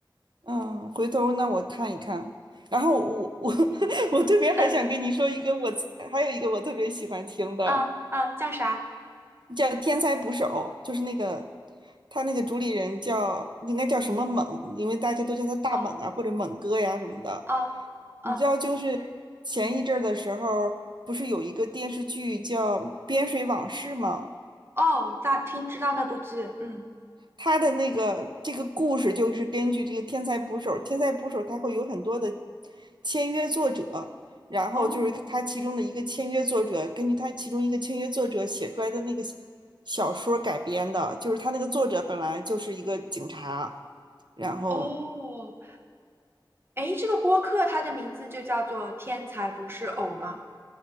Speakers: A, on the right; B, on the right.
A: 嗯，回头那我看一看。然后我我
B: 嗯
A: <laughs> 我特别还想跟你说一个我还有一个我特别喜欢听的。
B: 嗯啊啊，叫啥？
A: 叫天才捕手，就是那个他那个主理人叫应该叫什么猛，因为大家都叫他大猛啊或者猛哥呀什么的。
B: 哦哦哦
A: 你知道，就是前一阵儿的时候，不是有一个电视剧叫《边水往事》吗？
B: 哦，大听知道那部剧，嗯。
A: 他的那个这个故事就是根据这个天才捕手，天才捕手他会有很多的签约作者，然后就是他其中的一个签约作者，
B: 哦
A: 根据他其中一个签约作者写出来的那个小说改编的，就是他那个作者本来就是一个警察，然后
B: 哦，诶，这个播客它的名字就叫做《天才不是偶》吗？